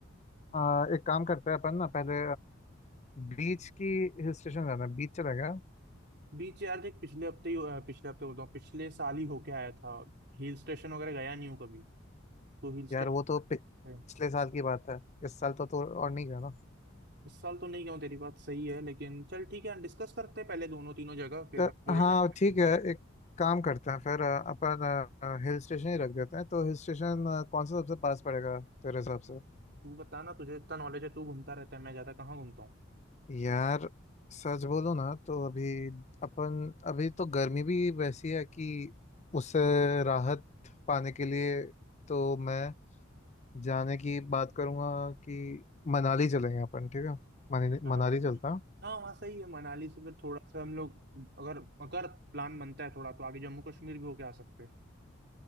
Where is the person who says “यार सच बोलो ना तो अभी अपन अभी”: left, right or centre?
Left